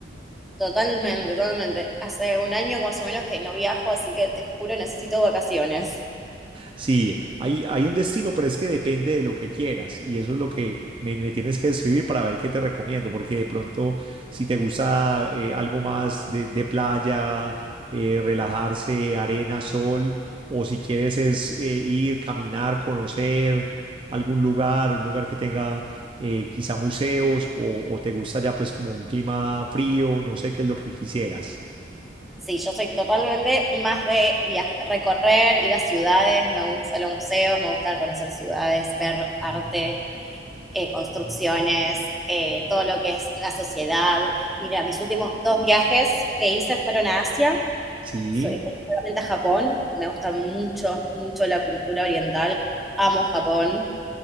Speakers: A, in the centre; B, on the right.
A: Totalmente, totalmente. Hace un año más o menos que no viajo, así que te juro necesito vacaciones.
B: Sí, hay, hay un destino, pero es que depende de lo que quieras. Y eso es lo que me, me tienes que escribir para ver qué te recomiendo. Porque de pronto, si te gusta eh, algo más de, de playa, eh, relajarse, arena, sol, o si quieres es eh, ir, caminar, conocer algún lugar, un lugar que tenga eh, quizá museos, o, o te gusta ya pues como un clima frío, no sé qué es lo que quisieras.
A: Sí, yo soy totalmente más de viajar, recorrer, ir a ciudades, me gustan los museos, me gusta conocer ciudades, ver arte, eh, construcciones, eh, todo lo que es la sociedad. Mira, mis últimos dos viajes que hice fueron a Asia,
B: Sí,
A: soy específicamente a Japón, me gusta mucho, mucho la cultura oriental, amo Japón,